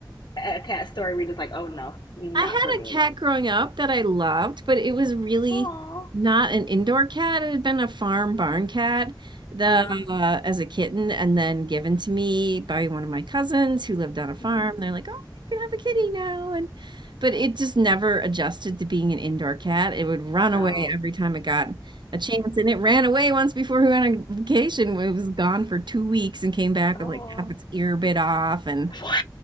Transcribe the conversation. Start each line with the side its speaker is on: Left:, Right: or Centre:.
Left: a cat story where you're just like, oh no, not
Right: I had
Left: for me?
Right: a cat growing up that I loved, but it was really
Left: Oh,
Right: not an indoor cat. It had been a farm barn cat the
Left: uh-huh.
Right: uh, as a kitten and then given to me by one of my cousins who lived on a farm.
Left: hmm
Right: They're like, "Oh, you can have a kitty now." And but it just never adjusted to being an indoor cat. It would run
Left: Oh.
Right: away every time it got a chance, and it ran away once before we went on vacation. It was gone for two weeks and came back
Left: Oh.
Right: with like half its ear bit off and
Left: <laughs> What?